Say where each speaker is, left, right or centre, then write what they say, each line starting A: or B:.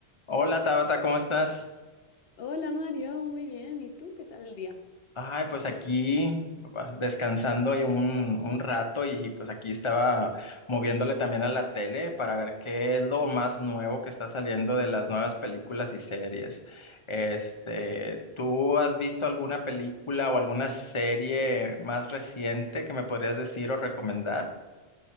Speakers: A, on the left; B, on the left.
A: Hola Tabata, ¿cómo estás?
B: Hola Mario, muy bien. ¿Y tú qué tal el día?
A: Ay, pues aquí pues, descansando y un, un rato y pues aquí estaba moviéndole también a la tele para ver qué es lo más nuevo que está saliendo de las nuevas películas y series. Este, ¿tú has visto alguna película o alguna serie más reciente que me podrías decir o recomendar?